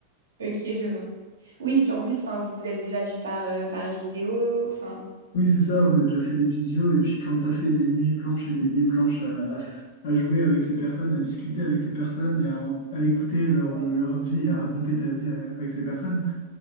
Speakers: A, on the right; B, on the left.
A: Ok, je vois. Oui, puis en plus, enfin, vous vous êtes déjà vu par euh, page vidéo, enfin,
B: Oui, c'est ça, on a déjà fait des visios, et puis quand t'as fait des nuits blanches et des nuits blanches à, à- f- à jouer avec ces personnes, à discuter avec ces personnes, et à, en- à écouter leur,
A: Ouais.
B: leur vie et à raconter ta vie avec, avec ces personnes,